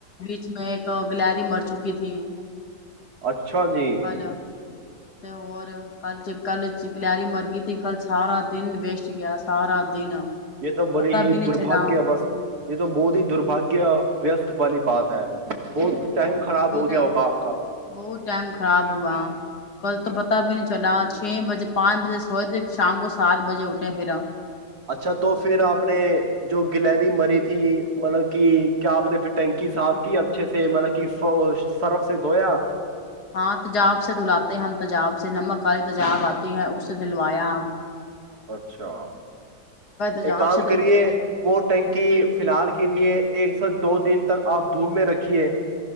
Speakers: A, on the left; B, on the right.
A: اس میں ایک گلاری مر چکی تھی
B: اچھا جی
A: کل تو ہور کل چ کل چکلری مرگئی تھی کل سارا دن ویسٹ گیا سارا دن
B: یہ تو بڑی
A: پتا
B: ہی
A: بھی نہیں
B: درباگیہ
A: چلا ہوں،
B: ا یہ تو بہود ہی درباگیہ وست والی بات ہے بہت
A: ہ
B: ٹائم خراب
A: پھر
B: ہو گیا ہوگا آپ کا
A: بہت ٹائم خراب ہوا کل تو پتا بھی نہیں چلا چھ بجے پانچ بجے سو د شام کو سات بجے اٹھے پھر آپ
B: اچھا تو پھر آپ نے جو گلری مری تھی مطلب کہ کیا آپ نے پھر ٹنکی صاف کی اچھے سے مط کہ سرف سے دھویا
A: ہاں تجاب سے دلاتے ہیں ہم تجاب سے نمک والی تجاب آتی ہے اسے دلوایا
B: اچھا
A: تجاب
B: ایک کام
A: سے
B: کریے
A: دھلوایا
B: وہ ٹینکی فی الحال کے لیے ایک دو دن تک آپ دھووم میں رکھھیے